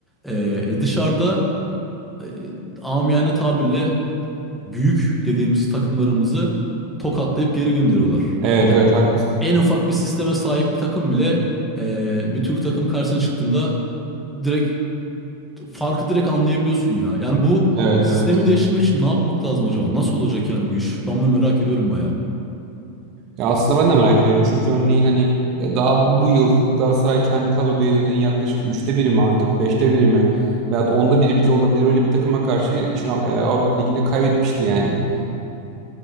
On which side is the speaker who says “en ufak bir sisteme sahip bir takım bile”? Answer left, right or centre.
Centre